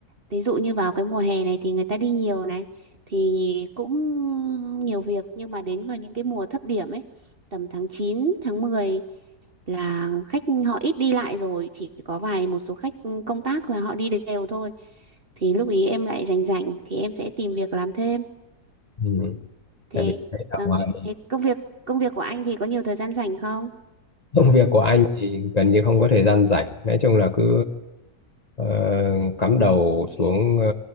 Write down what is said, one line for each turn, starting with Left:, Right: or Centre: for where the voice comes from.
Right: Ví dụ như vào cái mùa hè này thì người ta đi nhiều này thì cũng nhiều việc nhưng mà đến vào những cái mùa thấp điểm ấy tầm tháng 9 tháng 10 là khách họ ít đi lại rồi chỉ có vài một số khách công tác là họ đi đều thôi thì lúc ý em lại rảnh rảnh thì em sẽ tìm việc làm thêm
Left: Ừ.
Right: thế
Left: Tại vì ở
Right: vâng
Left: ngoài
Right: thế công việc công việc của anh thì có nhiều thời gian rảnh không?
Left: công việc của anh thì gần như không có thời gian rảnh nói chung là cứ ờ, cắm đầu xuống ờ,